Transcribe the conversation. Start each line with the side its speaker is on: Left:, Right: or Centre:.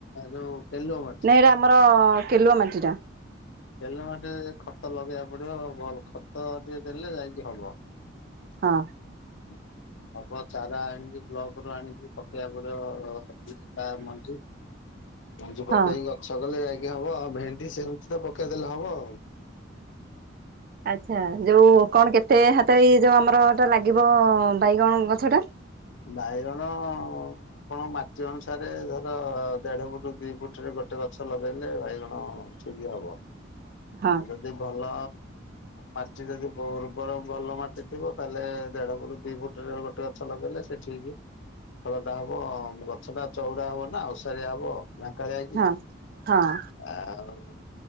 Left: ଯୋଉ କେଲୁଅ ମାଟି
Right: ସେଇଟା ଆମର କେଲୁଆ ମାଟିଟା।
Left: କେଲୁଆ ମାଟି ଖତ ଲଗେଇବାକୁ ପଡିବ ଭଲ ଖତ ଟିକେ ଦେଲେ ଯାଇକି ହବ।
Right: ହଁ।
Left: ହୁଁ। ହବ ଚାରା ଆଣିକି ବ୍ଲକରୁ ଆଣିକି ପକେଇଆକୁ ପଡିବ <inaudible> ତା ମଞ୍ଜି। ମଞ୍ଜି
Right: ହଁ।
Left: ପକେଇକି ଗଛ କଲେ ଯାଇକି ହବ ଆଉ ଭେଣ୍ଡି ସେମିତି ତ ପକେଇଦେଲେ ହବ।
Right: ଆଚ୍ଛା। ଯୋଉ କଣ କେତେ ହାତ ଏଇ ଯୋଉ ଆମର ଟା ଲାଗିବ ବାଇଗଣ ଗଛ ଟା?
Left: ବାଇଗଣ। ଆପଣ ମାଟି ଅନୁସାରେ ଧର ଦେଢ ଫୁଟ ଦି ଫୁଟରେ ଗୋଟେ ଗଛ ଲଗେଇଲେ ବାଇଗଣ। ଠିକ୍ ହବ।
Right: ହଁ
Left: ଆଉ ଯଦି ଭଲ ମାଟି ଯଦି <unintelligible> ଉର୍ବର ଭଲ ମାଟି ଥିବ ତାହେଲେ ଦେଢ ଫୁଟ, ଦି ଫୁ ଟ ର ଗୋଟେ ଗଛ ଲଗେଇଲେ ସେ ଠିକି। ଫଳଟା ହବ ଗଛଟା ଚଉଡ଼ା ହବ ନା ଓଷାରିଆ ହବ। ଝଙ୍କାଳିଆ ହେଇକି
Right: ହଁ ହଁ
Left: ଆଉ